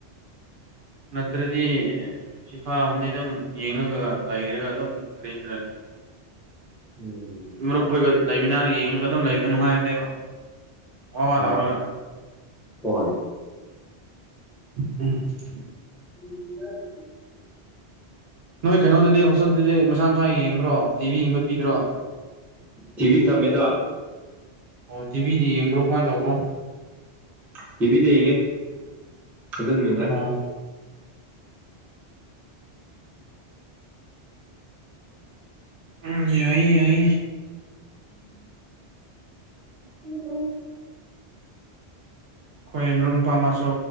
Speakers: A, on the right; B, in the centre.
A: ꯅꯠꯇ꯭ꯔꯗꯤ ꯐꯤꯐꯥ ꯒꯃꯝꯕꯗꯤ ꯑꯗꯨꯝ ꯌꯦꯡꯉꯒ ꯂꯩꯔꯒ ꯑꯗꯨꯝ <unintelligible>
B: ꯎꯝ
A: ꯃꯔꯨꯞ ꯑꯩꯈꯣꯏꯒ ꯂꯩꯃꯤꯟꯅꯔꯒ ꯌꯦꯡꯉꯒ ꯑꯗꯨꯝ ꯂꯩꯕꯗꯣ ꯅꯨꯡꯉꯥꯏꯕꯅꯦꯕ ꯋꯥ ꯋꯥ
B: ꯑꯣ
A: ꯂꯥꯎꯔꯒ
B: ꯍꯣꯏ
A: <unintelligible>
B: ꯎꯝ ꯌꯥꯔꯦ꯫
A: ꯅꯣꯏ ꯀꯩꯅꯣꯗꯨꯗꯤ ꯍꯣꯁꯇꯦꯜꯗꯨꯗꯤ ꯃꯁꯥ ꯃꯁꯥ ꯌꯦꯡꯕ꯭ꯔꯣ ꯇꯤꯚꯤ ꯌꯦꯡꯕ ꯄꯤꯗ꯭ꯔꯣ꯫
B: ꯊꯤꯚꯤ ꯊꯝꯃꯦꯗ꯫
A: ꯑꯣ ꯇꯤꯚꯤꯗꯤ ꯌꯦꯡꯕ꯭ꯔꯣ ꯀꯃꯥꯏ ꯇꯧꯕ꯭ꯔꯣ꯫
B: ꯇꯤꯕꯤꯗꯤ ꯌꯦꯡꯉꯦ ꯑꯗꯨꯅ ꯅꯨꯡꯉꯥꯏ꯫
A: ꯑꯣ ꯎꯝ ꯌꯥꯏ ꯌꯥꯏ꯫
B: ꯎꯝ꯫ ꯎ꯫
A: ꯈꯣꯏ ꯃꯔꯨꯞ ꯅꯨꯄꯥ ꯑꯃꯁꯨ